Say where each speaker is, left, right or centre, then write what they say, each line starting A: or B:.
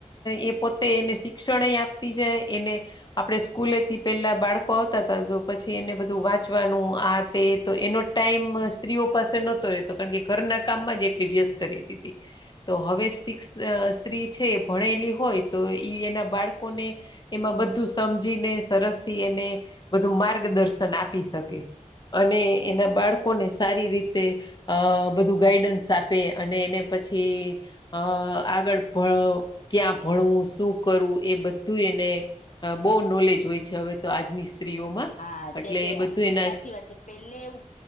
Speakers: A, on the left; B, on the left.
A: એ પોતે એને શિક્ષણ આપ તી જાય એને આપણે સ્કૂલેથી પેલા બાળકો આવતા હતા, તો પછી એને બધું વાંચવાનું આ તે તો એનો ટાઈમ સ્ત્રીઓ પાસે નહતો રહેતો કારણ કે ઘરના કામમાં જ એટલી વ્યસ્ત રહેતી હતી. તો હવે શિક્ષ સ્ત્રી છે ભણેલી હોય, તો એના બાળકોને એમાં બધું સમજીને સરસ થી, એને બધું માર્ગદર્શન આપી શકે અને એના બાળકોને સારી રીતે અ બધું ગાઈડન્સ આપે અને એને પછી. અ આગળ ક્યાં ભણવું શું કરવું એ બધું એને અ બહુ નોલેજ હોય છે, હવે તો આજની સ્ત્રીઓમાં
B: હા
A: એટલે
B: જે પે
A: એ બધું એના
B: સાચી વાત છે. પેલે એવું